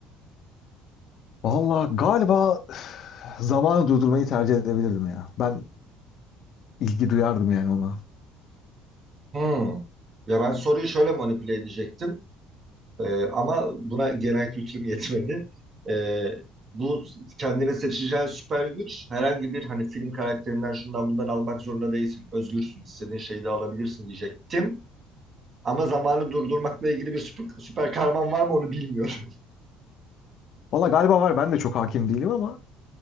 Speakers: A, on the left; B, on the right.
A: Valla galiba <sighs> zamanı durdurmayı tercih edebilirdim ya. Ben ilgi duyardım yani ona.
B: Hmm. Ya ben soruyu şöyle manipüle edecektim. Ee, ama buna genel kültürüm yetmedi. Ee, bu kendine seçeceğin süper güç herhangi bir hani film karakterinden şundan bundan almak zorunda değilsin. Özgürsün. istediğin şeyi de alabilirsin diyecektim. Ama zamanı durdurmakla ilgili bir süper, süper kahraman var mı onu bilmiyorum.
A: Valla galiba var ben de çok hakim değilim ama